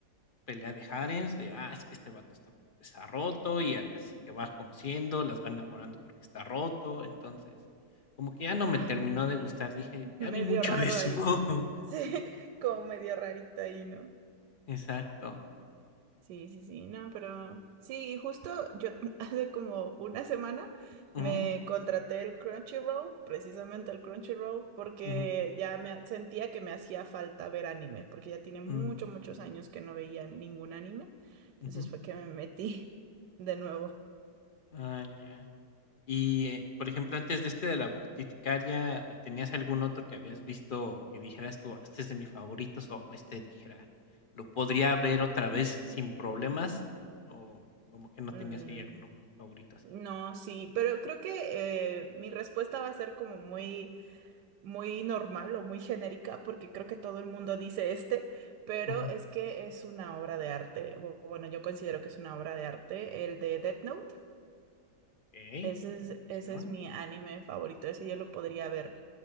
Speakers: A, on the left; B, on the right.
A: pelea de harems, de, ah, es que este vato está, está roto y a las que vas conociendo las van enamorando porque está roto. Entonces, como que ya no
B: Ah,
A: me terminó de gustar, dije,
B: medio
A: ya vi mucho
B: raro
A: de eso.
B: ahí.
A: <laughs>
B: <laughs> Sí, como medio rarito ahí, ¿no?
A: Exacto.
B: Sí, sí, sí, no, pero sí, y justo yo <laughs> hace como una semana
A: Ujú,
B: me contraté el Crunchyroll, precisamente el Crunchyroll, porque
A: ujú,
B: ya me sentía que me hacía falta ver anime, porque ya tiene muchos,
A: mm,
B: muchos años que no veía ningún anime, entonces
A: ujú.
B: fue que me metí <laughs> de nuevo.
A: Ah, ya. Y, eh, por ejemplo, antes de este de la boticaria, ¿tenías algún otro que habías visto que dijeras tú, "Ah, este es de mis favoritos o este dijera, lo podría ver otra vez sin problemas? ¿O como que no
B: Mm,
A: tenías ahí alguno pa- favorito así?
B: no, sí, pero creo que eh, mi respuesta va a ser como muy muy normal o muy genérica, porque creo que todo el mundo dice este, pero
A: Ujú.
B: es que es una obra de arte. Bu- Bueno, yo considero que es una obra de arte, el de Death Note.
A: Okey,
B: Ese
A: buena
B: es,
A: elección.
B: ese es mi anime favorito. Ese yo lo podría ver